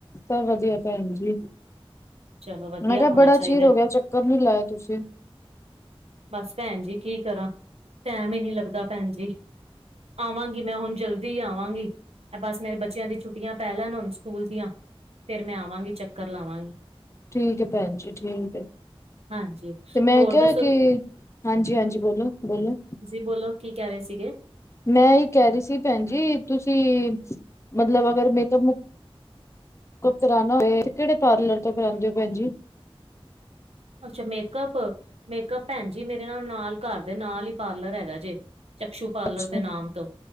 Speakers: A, on the left; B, on the right.
A: ਸਭ ਵਧੀਆ ਭੈਣ ਜੀ।
B: ਚਲੋ ਵਧੀਆ
A: ਮੈਂ ਕਿਹਾ
B: ਹੋਣਾ
A: ਬੜਾ
B: ਚਾਹੀਦਾ,
A: ਚਿਰ ਹੋ ਗਿਆ, ਚੱਕ ਰ ਨੀ ਲਾਇਆ ਤੁਸੀਂ?
B: ਬਸ ਭੈਣ ਜੀ, ਕੀ ਕਰਾਂ, ਟੈਮ ਹੀ ਨੀ ਲੱਗਦਾ ਭੈਣ ਜੀ। ਆਵਾਂਗੀ, ਮੈਂ ਹੁਣ ਜਲਦੀ ਆਵਾਂਗੀ। ਬਸ ਮੇਰੇ ਬੱਚਿਆਂ ਦੀ ਛੁੱਟੀਆਂ ਪੈ ਲੈਣ ਹੁਣ ਸਕੂਲ ਦੀਆਂ। ਫਿਰ ਮੈਂ ਆਵਾਂਗੀ ਚੱਕਰ ਲਾਵਾਂਗੀ।
A: ਠੀਕ ਹੈ ਭੈਣ ਜੀ ਠੀਕ ਹੈ,
B: ਹਾਂਜੀ
A: ਤੇ ਮੈਂ
B: ਹੋਰ
A: ਕਿਹਾ
B: ਦੱਸੋ?
A: ਕਿ ਹਾਂਜੀ-ਹਾਂਜੀ, ਬੋਲੋ-ਬੋਲੋ।
B: ਤੁਸੀਂ ਬੋਲੋ, ਕੀ ਕਹਿ ਰਹੇ ਸੀਗੇ?
A: ਮੈਂ ਇਹ ਕਹਿ ਰਹੀ ਸੀ ਭੈਣ ਜੀ, ਤੁਸੀਂ ਮਤਲਬ ਅਗਰ ਮੇਕਅਪ-ਮੁਕ ਅਪ ਕਰਾਨਾ ਹੋਏ, ਕਿਹੜੇ ਪਾਰਲਰ ਤੋਂ ਕਰਾਉਂਦੇ ਹੋ ਭੈਣ ਜੀ?
B: ਅੱਛਾ, ਮੇਕਅੱਪ-ਮੇਕਅੱਪ ਭੈਣ ਜੀ ਮੇਰੇ ਨਾਲ ਘਰ ਦੇ ਨਾਲ ਹੀ ਪਾਰਲਰ ਹੈਗਾ ਜੇ। ਚਕਸ਼ੂ ਪਾਰਲਰ
A: ਅੱਛਾ,
B: ਦੇ ਨਾਮ ਤੋਂ